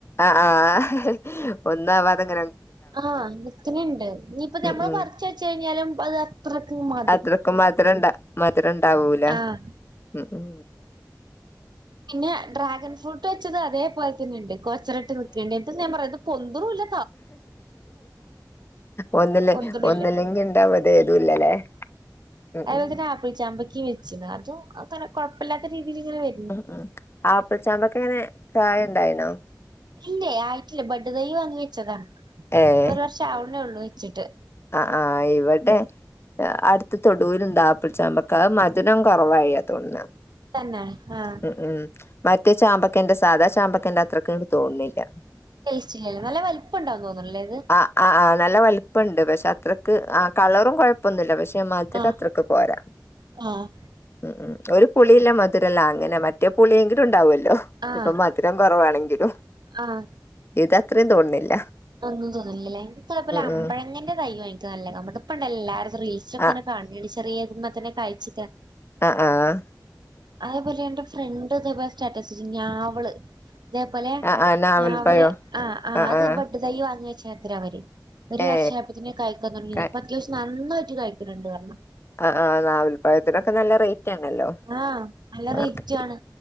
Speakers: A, on the left; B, on the right.
A: ആഹ് ആഹ് ഒന്നു ആവാതെങ്ങനെ
B: ആഹ് മിത്തിനി ഇണ്ട് ഇനിയിപ്പ ഞമ്മള്
A: ഉം ഉം
B: പറിച്ച് വെച്ച് കഴിഞ്ഞാലും അത് അത്രക്ക് മ
A: അത്രക്കും മധരം ണ്ടാ മധരം ണ്ടാവൂല
B: ആഹ്
A: ഉം മ്
B: പിന്നെ ഡ്രാഗൻ ഫ്രൂട്ട് വെച്ചത് അതേപോലെ തന്നെ ണ്ട് <unintelligible> ഇത് ഞാൻ പറയാ പൊന്തുറുംല്ല
A: ഒന്നില്ലേ
B: പൊന്തണില്ല
A: ഒന്നില്ലെങ്കി ഇണ്ടാവ ഇത്‌ ഏതുല്ലലേ <unintelligible>
B: പ്പ തന്നെ ആപ്പിൾ ചാമ്പക്കെ വെച്ചീന്ന് അതും അങ്ങനെ കെഴ്പ്പല്ലാത്ത രീതിയില് ങ്ങനെ വെ
A: ഉം ഉം ആപ്പിൾ ചാമ്പക്കെ എങ്ങനെ കായണ്ടായി ണോ
B: ഇല്ലേ ആയിട്ടില്ലേ ബഡ് തൈ വാങ്ങി വെച്ചതാ
A: ഏഹ്
B: ഒരു വർഷം ആവുന്നേയുള്ളു വെച്ചിട്ട്
A: ആഹ് ആഹ് ഇവിടെ അടുത്ത് തൊടു ലുണ്ട് ആപ്പിൾ ചാമ്പക്ക അഹ് മധുരം കൊറവായ തോൺണേ
B: തന്നെ ആഹ്
A: ഉം ഉം മറ്റേ ചാമ്പക്കന്റെ സാധാ ചാമ്പക്കന്റെ അത്രക്ക് ങ്ങട് തോണ്ല്ല
B: ടേസ്റ്റി ല്ലല്ലേ നല്ല വലിപ്പംണ്ടാവും തോന്ന്ണ്ല്ലേ അത്‌
A: അ അ ആഹ് നല്ല വലിപ്പണ്ട് പക്ഷേ ത്രക്ക് ആഹ് കളറും കൊഴപ്പൊന്നുല്ല പക്ഷെ മധ്
B: ആഹ്
A: രം അത്രക്ക് പോരാ
B: ആഹ്
A: ഉം ഉം ഒരു പുളില്ല മധുരല്ല അങ്ങനെ മറ്റേ പുളിയെങ്കിലും ഉണ്ടാവുഅല്ലോ
B: ആഹ്
A: ഇപ്പൊ മ ധുരം കുറവാണെങ്കിലും
B: ആഹ്
A: ഇത് അത്രേം തോണ് ണില്ല
B: ഒന്നും തോന്നുല്ലല്ലേ എനി കൊഴപ്പല്ല അമ്പഴങ്ങന്റെ
A: ഉം
B: തൈയ് എനിക്ക് നല്ല <unintelligible> ഇപ്പ ണ്ട എല്ലാ റീൽസ് ഒക്കെ
A: ആ
B: ഇങ്ങനെ കാണുന്നെയാണ് ചെറിയതുമ്മേ തന്നെ കായ്ചിട്ട
A: ആഹ് ആഹ്
B: അതേപോലെ എന്റെ ഫ്രണ്ട് ഇതേപോലെ സ്റ്റാറ്റസ് വെച്ച് ഞാവ്ള് ഇതേപോലെ
A: ആ ആ നാവൽപ്പഴോ
B: ഞാവല് ആഹ് ആഹ്
A: ആ
B: അത്
A: ആ
B: ബഡ് തൈ വാങ്ങി വെച്ചത്രരാ അവര് ഒരു
A: ഏ
B: വർഷായപ്പോ തന്നെ കായിക്കാൻ തുടങ്ങിയതാ
A: ക
B: ഇപ്പൊ അത്യാവശ്യം നന്നായിട്ട് കായിക്ക്ണ് ണ്ട്റ്ഞ്ഞ്
A: അഹ് ആഹ് നാവൽപഴത്തിനൊക്കെ നല്ല റേറ്റ് ആണല്ലോ
B: ആഹ് നല്ല
A: മാർക്കറ്റിൽ
B: റേറ്റാണ്